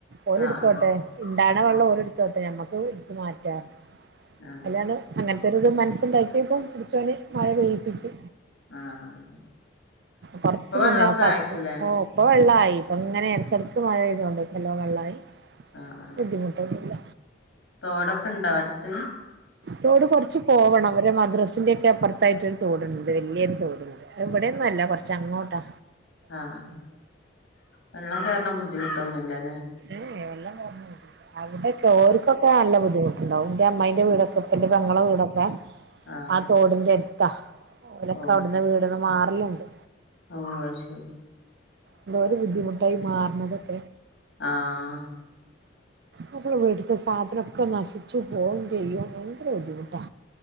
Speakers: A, on the right; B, on the left.
A: ഓരടുത്തോട്ടെ
B: ആഹ്
A: ഇണ്ടാവണ വെള്ളം
B: ആഹ്
A: ഓരടുത്തോട്ടെ ഞമ്മക്ക് എടുത്ത് മാറ്റാറ്
B: ആഹ്
A: അല്ലാണ് അങ്ങനത്തെൊരു ഇത് മനസ്സുണ്ടാക്കിയപ്പം പടച്ചോന് മഴ പെയ്യിപ്പിച്ചു
B: ആഹ് അതെ
A: കൊറച്ച്
B: ഇപ്പൊ വെള്ളൊക്കെ
A: മുന്നോ ഞാ
B: ആയിക്കൂലേ
A: <inaudible> ഇപ്പൊ വെള്ളമായി ഇപ്പൊ ഇങ്ങനെ ഇടക്കിടക്ക് മഴ പെയ്ത് കൊണ്ട് എല്ലോ വെള്ളമായി
B: ആഹ് ആഹ്
A: ബുദ്ധിമുട്ടൊന്നുമില്ല
B: തോടൊക്കെ ഉണ്ടോ അടുത്ത്
A: തോട് കുറച്ച് പോവണം ഒരു മദ്രാസിന്റെയൊക്കെ അപ്പുറത്ത് അപ്പുറത്തായിട്ടൊരു തോടുണ്ട് വലിയൊരു തോടുണ്ട് ഇവിടെയൊന്നും അല്ല കുറച്ചങ്ങോട്ടാ
B: ആഹ് വെള്ളം കേറണ ബുദ്ധിമുട്ടൊന്നും ഇല്ലല്ലേ
A: ഏഹ് വെള്ളം കേറൽ ഒന്നും ഇല്ല അവിടെയൊക്കെ ഓർക്കൊക്കെ നല്ല ബുദ്ധിമുട്ടുണ്ടാവും ന്റെ അമ്മായിന്റെ വീടൊക്കെ ന്റെ പെങ്ങളെ വീടൊക്കെ
B: ആഹ്
A: ആ തോടിൻ്റെ അടുത്താ അവരൊക്കെ
B: ഓ
A: അവിടന്ന് വീടന്ന് മാറലുണ്ട്
B: ഓഹ് അത് ശരി
A: എന്തൊരു ബുദ്ധിമുട്ടായി മാറുന്നതൊക്കെ
B: ആഹ്
A: നമ്മുടെ വീട്ടിലെ സാധനമൊക്കെ നശിച്ചു പോവുകയും ചെയ്യും ഭയങ്കര ബുദ്ധിമുട്ടാ